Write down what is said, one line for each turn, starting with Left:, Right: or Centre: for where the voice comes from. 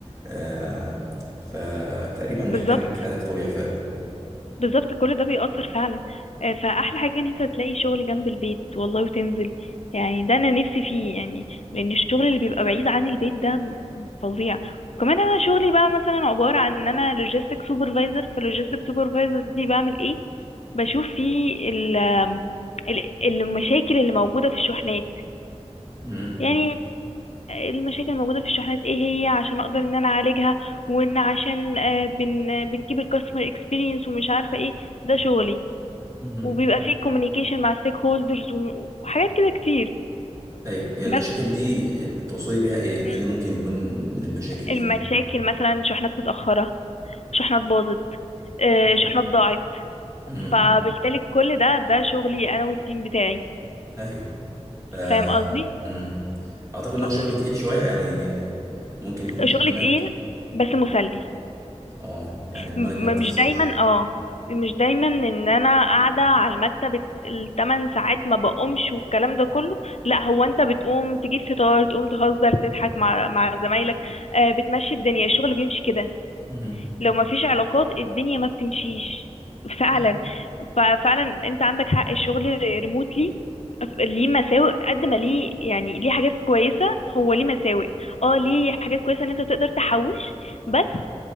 Right: آه... فتقريبا محتاج
Left: بالظبط
Right: علاج طبيعي فعلا
Left: بالظبط كل ده بيأثر فعلا آه، فأحلى حاجة إن أنت تلاقي شغل جنب البيت والله وتنزل يعني ده أنا نفسي فيه يعني لأن الشغل اللي بيبقى بعيد عن البيت ده فظيع وكمان أنا شغلي بقى مثلا عبارة عن إن أنا لوجيستيك سوبرفايزر فاللوجيستيك سوبرفايزر دي بعمل إيه بشوف فيه ال ال- المشاكل اللي موجودة في الشحنات
Right: امم
Left: يعني المشاكل الموجودة في الشحنات ايه هي عشان اقدر ان انا اعالجها وان عشان آه، بن بنكيب الكاستمر اكسبيرينس ومش عارفة ايه ده شغلي
Right: امم
Left: وبيبقى فيه كوميونيكيشن مع ستيك هولدرز وحاجات كده كتير
Right: ايوه هي المشاكل
Left: بس
Right: دي تقصدي بيها ايه؟
Left: مم.
Right: إيه اللي ممكن يكون من المشاكل
Left: المشاكل
Right: دي؟
Left: مثلا شحنات متأخرة شحنات باظت آه،
Right: أيوة.
Left: شحنات ضاعت
Right: امم
Left: فبالتالي كل ده ده شغلي انا والتيم بتاعي
Right: ايوه ف...
Left: فاهم قصدي
Right: مم. اعتقد ان
Left: ف-
Right: هو
Left: ف-
Right: شغل تقيل شويه يعني ممكن تكون
Left: شغل
Right: دماغك
Left: تقيل بس مسلي
Right: اه يعني دماغك
Left: م-
Right: ما بتفصلش
Left: مش دايما اه مش دايما ان انا قاعده على المكتب الثمان ساعات ما بقومش والكلام ده كله لا هو انت بتقوم تجيب فطار تقوم تهزر تضحك مع مع زمايلك آه، بتمشي الدنيا الشغل بيمشي كده
Right: مم.
Left: لو ما فيش علاقات الدنيا ما بتمشيش فعلا
Right: لا
Left: ففعلا انت عندك حق الشغل ريموتلي ليه مساوئ قد ما ليه يعني ليه حاجات كويسة هو ليه مساوئ اه ليه حاجات كويسة ان انت تقدر تحوش بس